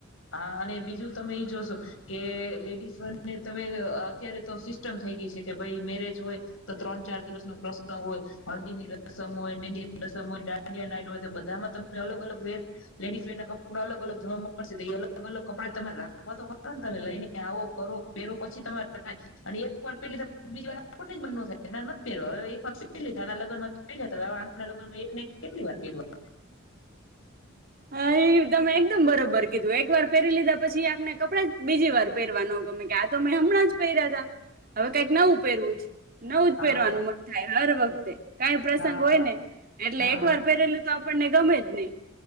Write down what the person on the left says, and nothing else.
હા અને બીજું તમે ઈ જોશો કે લેડીસને તમે અત્યારે તો સિસ્ટમ થઈ ગઈ છે કે ભાઈ મેરેજ હોય તો ત્રણ ચાર દિવસ ન પ્રસંગ હોય હલ્દી ની રસમ હોય મંદીની રસમ હોય દાંડિયા નાટ હોય તો બધામાં તમે અલગ અલગ વે લેડિસ ફેરના કપડા અલ અલગ <unintelligible> અલગ અલગ કપડા તમારે રાખવા તો ખ ને તમે લઈને આવો કરો પહેરો પછી તમારે થાય અને એક વાર પહેર બીજી વાર મ થાય નથી પહેરવા હ એક વાર પ લીધા આના લગ્નમાં લગનમાં કેટ વાર પહેરવા
હા
હા
હા